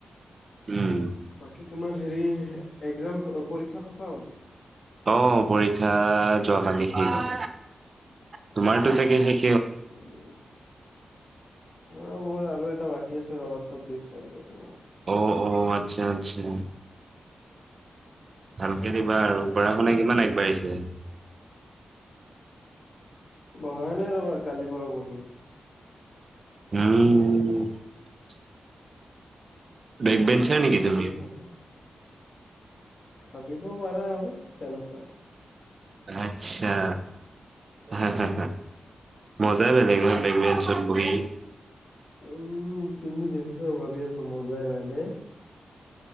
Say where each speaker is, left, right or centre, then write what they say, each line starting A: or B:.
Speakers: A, on the right (about 50°); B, on the left (about 60°).
A: উম
B: বাকী তোমাৰ হেৰি একজাম পৰীক্ষা খতম
A: অ পৰীক্ষা যোৱা কালি শেষ হল তোমাৰতো চাগে শেষ
B: উম অ মোৰ মোৰেএটা বাকী আছে ৰবা চৌবিশ তাৰিখে তোমাৰ
A: অ অ আচ্ছা আচ্ছা ভাল ভালকে দিবা। আৰু
B: তাৰ
A: পঢ়া
B: কাৰণে
A: শুনা কিমান আগবাঢ়িছে
B: পঢ়া নাই ৰবা কালিৰ পৰা পঢ়িম
A: উম বেক বেন চাৰ নেকি
B: তাকেই
A: তুমি
B: ভাবি আছো ভাবিব পাৰা আৰু তেনেকুৱাই
A: আচ্ছা হা হা মজাই বেলেগ বেগঞ্চত বহী
B: উম তুমি যেনেকুৱা ভাবি আছ মজাই বেলেগ